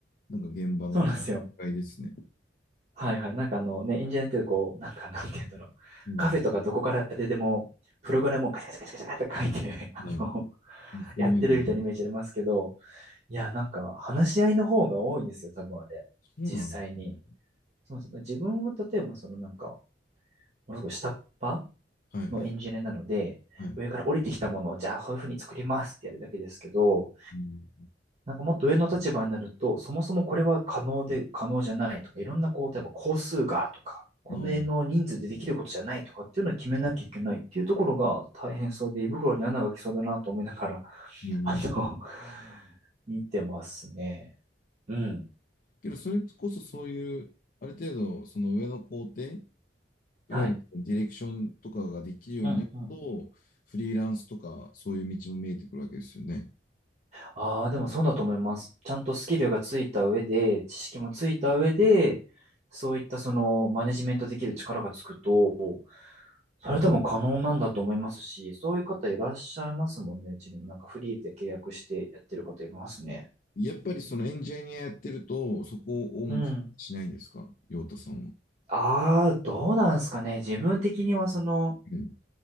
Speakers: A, on the left; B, on the right.
A: なんか現場の機会ですね。
B: そうなんですよ。はいはい。なんかあのね、エンジニアってこう、なんかなんて言うんだろう。
A: うん。
B: カフェとかどこから出ても、プログラムをカチャカチャカチャカチャって書いて、<laughs> あの、
A: はい。そういうので、
B: やってるみたいなイメージありますけど、いや、なんか話し合いの方が多いですよ、多分あれ。
A: そうなんですね。
B: 実際に。そうですね。自分は例えばそのなんか、ものすごい下っ端
A: はい。
B: のエンジニアなので、
A: はい。
B: 上から降りてきたものを、じゃあこういうふうに作りますってやるだけですけど、
A: うん。
B: なんかもっと上の立場になると、そもそもこれは可能で、可能じゃないとか、いろんなこう、例えば工数がとか、この辺の人数でできることじゃないとかっていうのを決めなきゃいけないっていうところが大変そうで、
A: なあ。
B: 胃袋に穴が来そうだなと思いながら、
A: うん。
B: あの、<laughs> 見てますね。うん。
A: けど、それこそそういう、ある程度、その上の工程、いわゆるディレクションとかができるようになると、
B: はい。うんうん。
A: フリーランスとか、そういう道も見えてくるわけですよね。
B: ああ、でもそうだと思います。ちゃんとスキルがついた上で、知識もついた上で、そういったそのマネジメントできる力がつくと、それは多分可能なんだと思いますし、そういう方いらっしゃいますもんね。うちにもなんかフリーで契約してやってる方いますね。
A: やっぱりそのエンジニアやってると、そこを目標にしないんですか、
B: うん。
A: 陽太さんは。
B: ああ、どうなんですかね。自分的にはその、
A: うん、